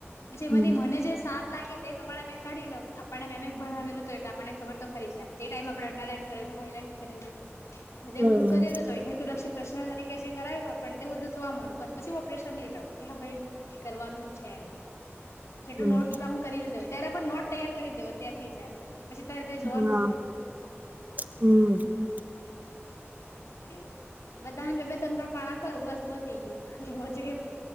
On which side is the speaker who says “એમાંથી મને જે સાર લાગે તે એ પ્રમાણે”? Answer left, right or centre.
Left